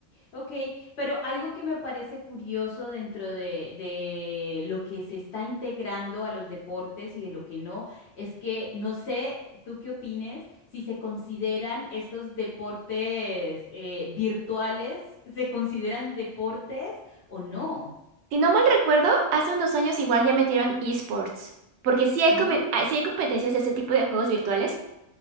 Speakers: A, on the left; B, on the right.
A: ok, pero algo que me parece curioso dentro de, de lo que se está integrando a los deportes y de lo que no, es que no sé, tú qué opines, si se consideran estos deportes eh, virtuales, ¿se consideran deportes o no?
B: Si no mal recuerdo, hace unos años igual ya metieron esports, porque sí hay,
A: Sí.
B: come- ah, sí hay competencias de ese tipo de juegos virtuales.